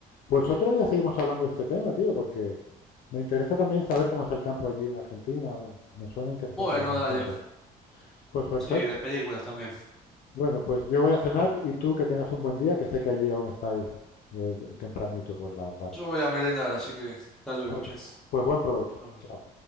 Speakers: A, on the left (about 55°); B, in the centre.
A: Pues otro día seguimos hablando de este tema, tío, porque me interesa también saber cómo es el campo allí en Argentina. Me suena interesante
B: Bueno,
A: lo que me
B: dale.
A: cuentas. Pues perfecto.
B: Sí, de películas también.
A: Bueno, pues yo voy
B: Así
A: a cenar
B: que,
A: y tú que tengas un buen día, que sé que allí aún estáis eh, de- tempranito por la tarde.
B: Yo voy a merendar, así que hasta luego,
A: <laughs>
B: che.
A: Pues buen provecho.
B: nos vemos.
A: Chao.